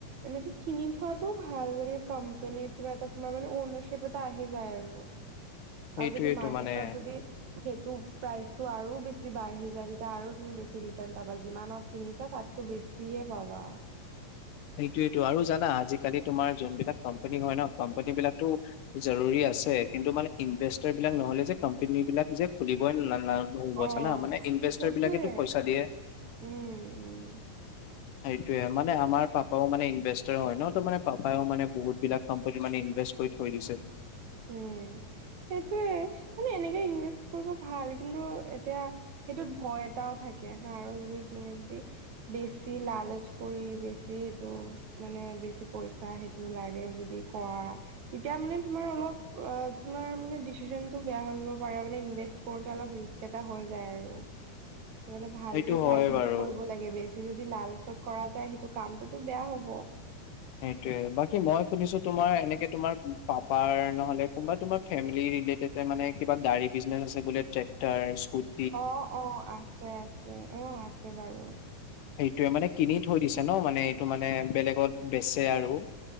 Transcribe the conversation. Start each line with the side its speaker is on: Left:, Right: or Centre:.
Right: এনেকে কিনি থোৱাটো ভাল মানে কোম্পানীত কিবা এটা তোমাৰ মানে ঔনাৰশ্বিপ এটা আহি যায় আৰু।
Left: <inaudible> সেইটোৱেইটো
Right: আৰু যদি মাৰ্কেটত
Left: মানে
Right: যদি সেইটো প্ৰাইচটো আৰু বেছি বাঢ়ি যাই তেতিয়া আৰু তুমি বেছি ৰিটাৰ্ণ পাবা যিমানত কিনিছা তাতকৈ বেছিয়ে পাবা।
Left: সেইটোৱেটো আৰু জানা আজিকালি তোমাৰ যোনবিলাক কম্পেনী হয় ন কম্পেনী বিলাকতো জৰুৰী আছে কিন্তু মানে ইনভেষ্টাৰবিলাক নহ'লে যে কোম্পেনীবিলাক যে খুলিবই নাল নহ'ব
Right: অ',
Left: জানা মানে ইনভেষ্টাৰ
Right: সেইটোৱে।
Left: বিলাকেইটো পইচা দিয়ে।
Right: উম উম।
Left: সেইটোৱে মানে আমাৰ পাপ- পাপাও মানে ইনভেষ্টৰ হয় ন ত মানে পাপায় ও মানে বহুত বিলাক কোম্পানী মানে ইনভেষ্ট কৰি থৈ দিছে।
Right: উম সেইটোয়ে মানে এনেকে ইনভেষ্ট কৰিব ভাল কিন্তু এতিয়া- সেইটোত ভয় এটাও থাকে হা আৰু যদি তুমি যদি- বেছি লালচ কৰি বেছি এইটো- মানে বেছি পইচা সেইটো লাগে যদি কৰা তেতিয়া মানে তোমাৰ অলপ- অ তোমাৰ মে ডিচিচনটো বেয়া হৈ যাব পাৰে মানে ইনভেচ কৰোঁতে অলপ ৰিস্ক এটা হৈ যায় আৰু- তো মানে ভালকে
Left: সেইটো
Right: চাই
Left: হয়
Right: চিন্তি
Left: বাৰু
Right: কৰিব লাগে বেষ্ট- যদি লালচত কৰা যায় সেইটো কামটোতো বেয়া হ'ব।
Left: সেইটোয়ে বাকী মই শুনিছো তোমাৰ এনেকে তোমাৰ পাপাৰ নহলে কোনোবা তোমাৰ- ফেমিলি ৰিলেটেডে মানে কিবা গাড়ী বিজনেছ আছে বোলে ট্ৰেক্টাৰ ইছপুত?
Right: অঁ অঁ আছে আছে অঁ আছে বাৰু।
Left: সেইটোয়ে মানে কিনি থৈ দিছে ন মানে এইটো মানে বেলেগত বেচে আৰু?